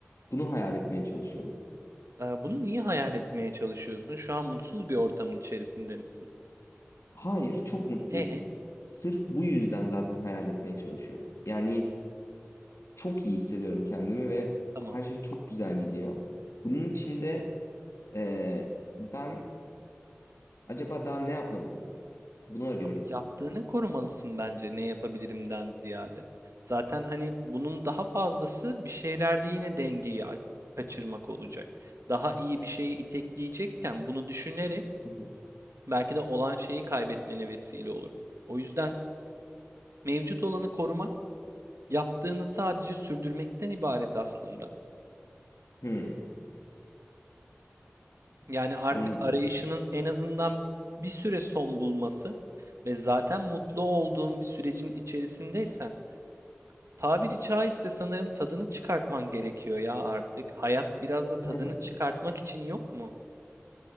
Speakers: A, on the left; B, on the right.
A: Bunu hayal etmeye çalışıyorum.
B: Eee, bunu niye hayal etmeye çalışıyorsun? Şu an mutsuz bir ortamın içerisinde misin?
A: Hayır, çok mutluyum.
B: E,
A: Sırf bu yüzden zaten hayal etmeye çalışıyorum. Yani çok iyi hissediyorum kendimi ve
B: tamam.
A: her şey çok güzel gidiyor. Bunun için de e, ben Acaba daha ne yapabilirim? Bunu arıyorum
B: Abi,
A: sanırım.
B: yaptığını korumalısın bence ne yapabilirimden ziyade. Zaten hani bunun daha fazlası bir şeylerde yine dengeyi a- kaçırmak olacak. Daha iyi bir şeye itekleyecekken bunu düşünerek
A: Hı hı.
B: belki de olan şeyi kaybetmene vesile olur. O yüzden mevcut olanı korumak yaptığını sadece sürdürmekten ibaret aslında.
A: Hmm,
B: Yani artık
A: anladım.
B: arayışının en azından bir süre son bulması ve zaten mutlu olduğun bir sürecin içerisindeysen tabiri caizse sanırım tadını çıkartman gerekiyor ya artık. Hayat biraz da
A: <laughs>
B: tadını çıkartmak için yok mu?